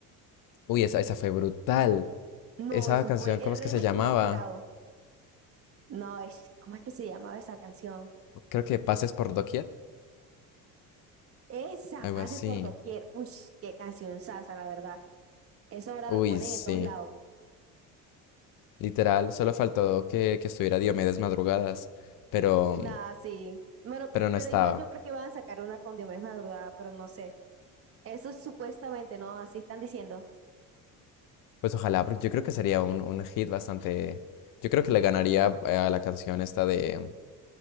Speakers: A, on the left; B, on the right.
A: uy, esa, esa fue brutal.
B: No,
A: Esa
B: eso
A: canción,
B: fue el
A: ¿cómo
B: remix
A: es que se llamaba?
B: más esperado. No, es, ¿cómo es que se llamaba esa canción?
A: Creo que Pases por Doquier,
B: Esa,
A: algo
B: pase
A: así.
B: por doquier. Uy, qué canción sasa, la verdad. Esa ahora
A: Uy,
B: la ponen
A: sí.
B: en todos lados.
A: Literal, solo faltó que, que estuviera Diomedes Madrugadas, pero,
B: Nada, sí. Bueno, pe-
A: pero no
B: pero
A: estaba.
B: igual yo creo que van a sacar una con Diomedes Madrugada, pero no sé. Eso es supuestamente, ¿no? Así están diciendo.
A: Pues ojalá, porque yo creo que sería un, un hit bastante. Yo creo que le ganaría a la canción esta de,